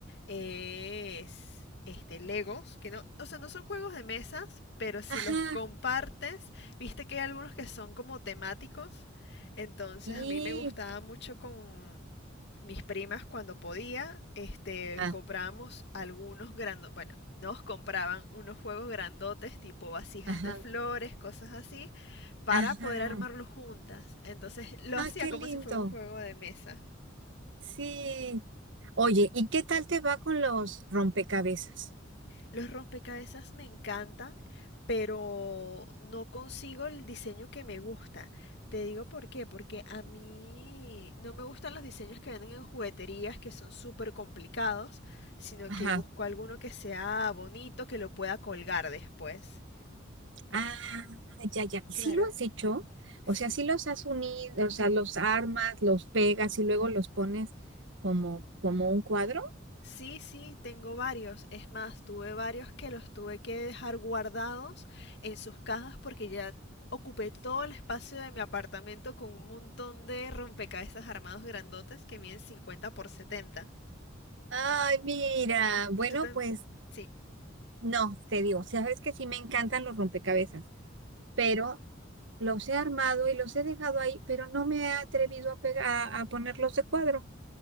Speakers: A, on the left; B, on the right.
A: es este Legos, que no, o sea, no son juegos de mesas, pero si
B: Ajá,
A: los compartes, viste que hay algunos que son como temáticos. Entonces
B: y,
A: a mí me gustaba mucho con mis primas cuando podía, este,
B: ah,
A: comprábamos algunos grandotes, bueno, nos compraban unos juegos grandotes tipo vasijas
B: ajá,
A: de flores, cosas así, para
B: ajá.
A: poder armarlos juntas. Entonces lo
B: Ah,
A: hacía
B: qué
A: como
B: lindo.
A: si fuera un juego de mesa.
B: Sí. Oye, ¿y qué tal te va con los rompecabezas?
A: Los rompecabezas me encantan, pero no consigo el diseño que me gusta. Te digo por qué, porque a mí no me gustan los diseños que venden en jugueterías que son súper complicados, sino
B: Ajá.
A: que busco alguno que sea bonito, que lo pueda colgar después.
B: Ah, ya, ya. ¿Y
A: Claro,
B: si lo has hecho?
A: sí.
B: O sea, si los has unido, o sea, los armas, los pegas y luego los pones como, como un cuadro.
A: Sí, sí, tengo varios. Es más, tuve varios que los tuve que dejar guardados en sus cajas porque ya ocupé todo el espacio de mi apartamento con un montón de rompecabezas armados grandotes que miden 50 por setenta.
B: Ay, mira. Bueno,
A: Y tú también...
B: pues
A: Sí,
B: no, te digo, sabes que sí me encantan los rompecabezas, pero los he armado y los he dejado ahí, pero no me he atrevido a pegar, a, a ponerlos de cuadro.